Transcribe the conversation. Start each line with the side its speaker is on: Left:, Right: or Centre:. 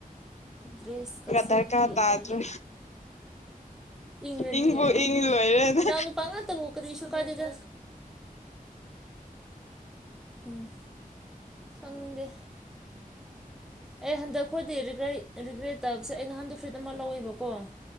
Centre: ꯗ꯭ꯔꯦꯁ ꯀꯁꯦ
Left: ꯗꯔꯀꯥꯔ
Centre: ꯌꯦꯟꯗꯔ
Left: ꯇꯥꯗ꯭ꯔꯦ
Centre: ꯏꯪꯒꯔꯗꯤ
Left: ꯏꯪꯕꯨ
Centre: ꯌꯥꯔꯦ
Left: ꯏꯪ ꯂꯣꯏꯔꯦꯅ
Centre: ꯏꯟꯅꯥꯎꯅꯨꯄꯥꯉꯛꯇꯕꯨ ꯀꯔꯤꯁꯨ ꯀꯥꯏꯗꯦꯗ ꯎꯝ ꯈꯪꯗꯦ ꯑꯩ ꯍꯟꯗꯛ ꯈꯣꯗꯤ ꯔꯤꯒ꯭ꯔꯩ ꯔꯤꯒ꯭ꯔꯦꯠ ꯇꯕꯁꯦ ꯑꯩꯅ ꯍꯟꯗꯛ ꯐ꯭ꯔꯤꯠ ꯑꯃ ꯂꯧꯋꯦꯕꯀꯣ